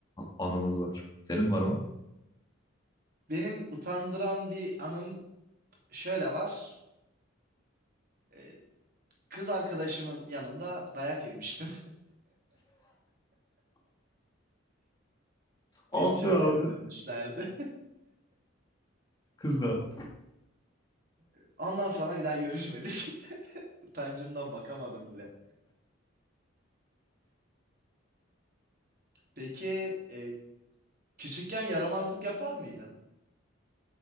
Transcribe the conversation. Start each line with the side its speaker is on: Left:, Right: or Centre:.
Left: anımız var. Senin var mı?
Right: Benim utandıran bir anım şöyle var. E, kız arkadaşımın yanında dayak yemiştim. <laughs>
Left: Ah
Right: Beni çok
Left: be abi.
Right: kötü dövmüşlerdi.
Left: Kız ne yaptı?
Right: <laughs> Ondan sonra bir daha görüşmedik. <laughs> Utancımdan bakamadım bile. Peki e, küçükken yaramazlık yapar mıydın?